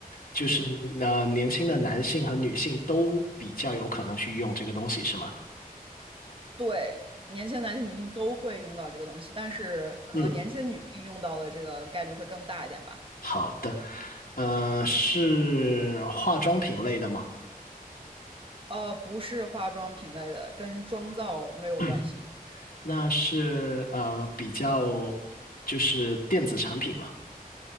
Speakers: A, on the left; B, on the right.
A: 就是呃，
B: 嗯，
A: 年轻的男性和女性都比较有可能去用这个东西，是吗？
B: 对，年轻的男性、女性都会用到这个东西，但是可能年轻的女性用到的这个概率会更大一点吧。
A: 嗯，好的。呃，是化妆品类的吗？<coughs>
B: 呃，不是化妆品类的，跟妆造没有关系。
A: <clears throat> 那是呃比较就是电子产品嘛。